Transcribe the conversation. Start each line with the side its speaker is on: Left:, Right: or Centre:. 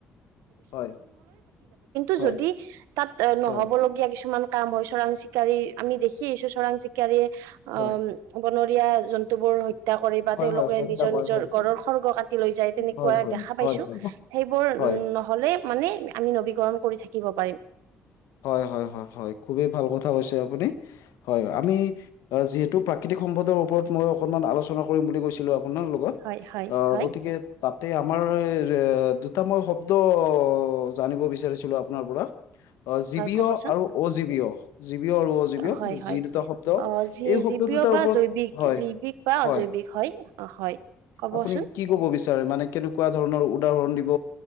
Left: হয়,
Right: ৰা
Left: হয়,
Right: ভ য নহ'বলগীয়া
Left: হয়,
Right: কিছুমান কাম হয় চৰাং চিকাৰী আমি দেখিছো চৰাং চিকাৰীয়ে
Left: হয়।
Right: অ
Left: হয়,
Right: বন জন্তুবোৰ সৈ া কৰি বা
Left: হয়,
Right: তেওঁলোকে
Left: হয়, হত্যা
Right: নিজৰ
Left: কৰে
Right: নিজৰ
Left: হয়,
Right: গৰৰ
Left: হয়,
Right: সৰ্গ কাটি লৈ যায় তেনেকুৱা
Left: হয়, হয়, হয়,
Right: দেখা
Left: হয়,
Right: পাইছো
Left: হয়।
Right: সেইবোৰ
Left: হয়,
Right: উম নহলে মানে আমি নবীকৰণ কৰি থাকিব পাৰিম
Left: হয় হয় হয় খুবেই ভাল কথা কৈছে আপুনি হয় আমি যিহেতু প্ৰাকৃতিক সম্পদৰ ওপৰত মই অকনমান আলোচনা কৰিম বুলি গৈছিলো আপোনাৰ লগত
Right: হয় হয়
Left: আহ
Right: হয়
Left: গতিকে তাতে আমাৰ এ দুটাতা মান শব্দ জানিব বিচাৰিছিলো আপোনাৰ পৰা অ জীৱীয়
Right: হয় ক'বচোন
Left: আৰু অজীৱীয় জীৱ আৰু অজীৱীয়
Right: হয় হয়
Left: যি দুটা শব্দ
Right: অ যি
Left: এই শব্দ
Right: জীৱীয়
Left: দুটাৰ
Right: বা
Left: ওপৰত
Right: জৈৱিক
Left: হয়
Right: জৈৱিক বা অজৈৱিক
Left: হয়
Right: হয় হয় ক'বচোন
Left: আপুনি কি কব বিচাৰে মানে কেনেকুৱা ধৰণৰ উদাহৰণ দিব